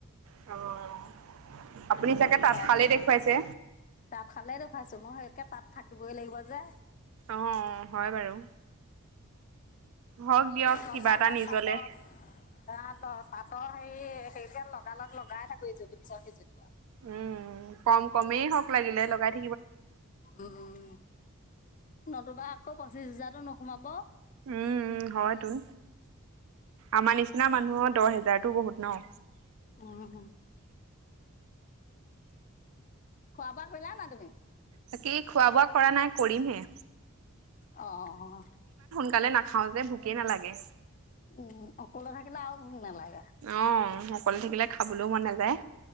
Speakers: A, on the right; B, on the left.
A: অ' আপুনি চাগে তাঁতশালেই
B: দহ
A: দেখুৱাইছে
B: তাত হালে দেখোৱাইছো মই সেনেকে তাত- থাকিবই লাগিব যে
A: অ হয় বাৰু। হওক দিয়ক
B: লগালক
A: কিবা এটা নিজলে
B: তাতত ৰা- তাতৰ হেৰি সেইতি লগালগ লগাই থাকোঁ ইজুতি পিছত সিজুতি আও
A: উম কম কমেই হওঁক লাগিলে লগাই থ-
B: উম নতুবা আকৌ পঁচিশ হাজাৰ। টো নোসোমাব।
A: উম হয়তোন আমাৰ নিচিনা মানুহৰ দহ হেজাৰতটো বহুত ন।
B: অহ খোৱা বোৱা কৰিলা নাই তুমি।
A: বাকী খোৱা বোৱা কৰা নাই কৰিমহে
B: অ অ অঁ
A: সকালে নাখাওঁ যে ভোকেই নালাগে
B: উম অকলে থাকিলে আৰু ভোক নালাগে।
A: অঁ অকল থাকিলে খাবলৈওঁ মন নাযায়।